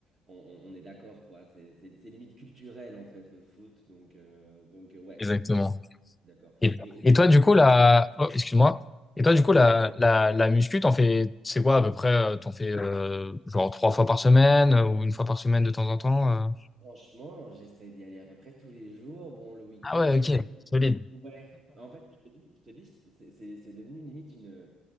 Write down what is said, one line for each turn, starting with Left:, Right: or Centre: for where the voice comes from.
Right: on, on- on est d'accord, quoi. C'est c'est- c'est limite culturel, en fait, le foot. Donc, euh, donc euh, ouais,
Left: exactement.
Right: c'est clair. je suis D'accord.
Left: Et,
Right: Et, et
Left: et
Right: te
Left: toi,
Right: demander.
Left: du coup, la... oh, excuse-moi. Et toi,
Right: Ouais,
Left: du coup,
Right: non,
Left: la,
Right: désolé.
Left: la, la muscu, t'en fais, c'est quoi à peu près? euh, T'en fais euh, genre trois fois par semaine euh, ou une fois par semaine de temps en temps? euh
Right: Franchement, j'essaie d'y aller à peu près tous les jours. Bon, le week-end.
Left: Ah ouais, ok,
Right: euh,
Left: solide.
Right: Ouais. En fait, je te dis, je te dis, c'est c'est- c'est devenu limite une.